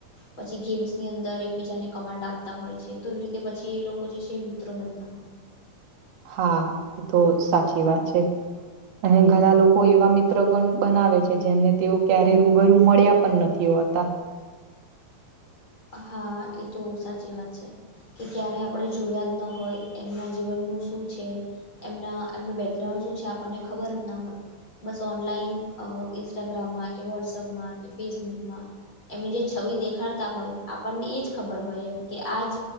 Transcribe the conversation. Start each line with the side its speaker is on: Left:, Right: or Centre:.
Left: પછી ગેમ્સ ની અંદર એકબીજાને કમાન્ડ આપતા હોય છે તો એ રીતે પછી એ લોકો જે છે મિત્રો બનતા હોય છે
Right: હા એ તો સાચી વાત છે અને ઘણા લોકો એવા મિત્ર પણ બનાવે છે જેમને તેઓ ક્યારે રૂબરૂ મળ્યા પણ નથી થયો હતા
Left: હા એ તો સાચી વાત છે કે ક્યારેય આપણે જોયા જ ન હોય એમના જીવનનું શું છે એમના એમનું બેકગ્રાઉન્ડ શું છે આપણને ખબર જ ના હોય બસ ઓનલાઈન અ ઇન્સ્ટાગ્રામમાં કે વોટ્સઅપમાં કે ફેસબુકમાં એમની જે છવી દેખાડતા હોય આપણને એજ ખબર હોય એમ કે આજ